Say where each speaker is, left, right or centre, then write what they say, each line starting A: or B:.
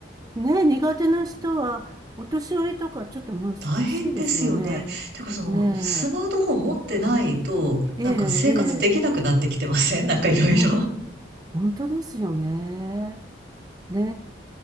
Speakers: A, on the right; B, on the right.
A: ね、苦手な人は、お年寄りとかちょっと難しいですよね。
B: 大変ですよね。てかその、
A: ね
B: スマートフォン持ってないと、
A: え、
B: なんか生活できなくなってきてませんなんかいろいろ。
A: ええ、ええ、そう本当ですよね。ね